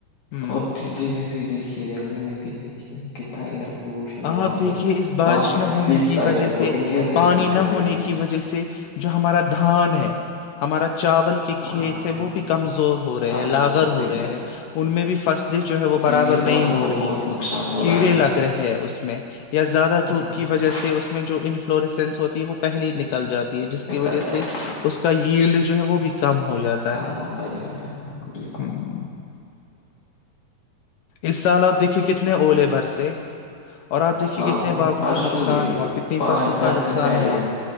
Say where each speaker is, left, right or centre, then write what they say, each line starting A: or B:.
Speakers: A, on the left (about 75°); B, on the left (about 55°).
A: ہوں
B: اور اب دلی میں بھی دیکھے دہلی میں بھی دیکھیے کتنا ایئر پولوشن ہے
A: آپ
B: وہاں
A: دیکھیے
B: پر
A: اس بارش
B: وہاں پہ
A: نہ
B: ایتھلیٹس
A: ہونے کی
B: آئے
A: وجہ
B: تھے وہ
A: سے
B: انہیلر
A: پانی
B: یوز
A: نہ
B: کر رہے
A: ہونے
B: تھے
A: کی وجہ سے جو ہمارا دھان ہے ہمارا چاول
B: ہاں
A: کھیت ہے وہ بھی کمزور ہو رہے
B: کمزور
A: ہیں لاگر
B: ہوتے
A: ہو رہے
B: جا
A: ہیں ان میں بھی فصل جو ہے وہ
B: زمینداروں
A: برابر نہیں
B: کو
A: ہو رہی
B: بہت
A: ہے
B: نقصان ہو
A: کیڑے
B: رہا ہے
A: لگ رہے ہیں اس میں یا زیادہ
B: ہاں
A: دھوپ کی وجہ سے اس میں جو انفلوریسنس ہوتی ہے وہ پہلے نکل جاتی جس
B: نکل
A: کی وجہ
B: جاتی
A: سے
B: ہے
A: اس کا ایلڈ جو ہے وہ بھی کم ہو جاتا
B: کام
A: ہے
B: ہوتا ہی جا رہا ہیں بالکل
A: ہوں، اس سال آپ دیکھیے کتنے اولے بھر سے اور آپ دیکھیے
B: ہاں
A: کتنے
B: بہت
A: باغوں
B: پرسوں
A: کا نقصان
B: ہی
A: ہوا کتنی
B: پانچ
A: فصلوں کا
B: دس
A: نقصان
B: دن پہلے
A: ہوا